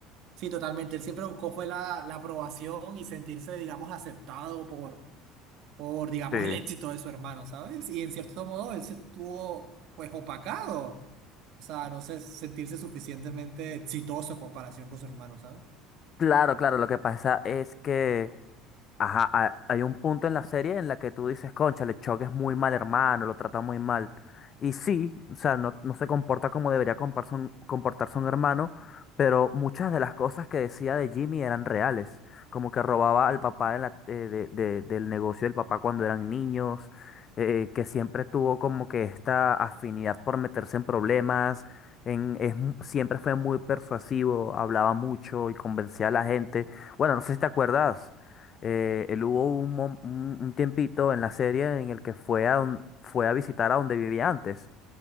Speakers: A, on the right; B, on the left.
A: Sí, totalmente. Él siempre buscó fue la, la aprobación y sentirse, digamos, aceptado por, por, digamos,
B: Sí.
A: el éxito de su hermano, ¿sabes? Y en cierto modo él se estuvo, pues, opacado. O sea, no sé, sentirse suficientemente exitoso en comparación con su hermano, ¿sabes?
B: Claro, claro, lo que pasa es que Ajá, ha- hay un punto en la serie en la que tú dices, cónchale, Chuck es muy mal hermano, lo trata muy mal. Y sí, o sea, no, no se comporta como debería comparse un- comportarse un hermano, pero muchas de las cosas que decía de Jimmy eran reales. Como que robaba al papá de la- eh, de- de- del negocio del papá cuando eran niños, eh, que siempre tuvo como que esta afinidad por meterse en problemas, en, es mu- siempre fue muy persuasivo, hablaba mucho y convencía a la gente. Bueno, no sé si te acuerdas. Eh, él hubo un, mom- un- un tiempito en la serie en el que fue a, don- fue a visitar a donde vivía antes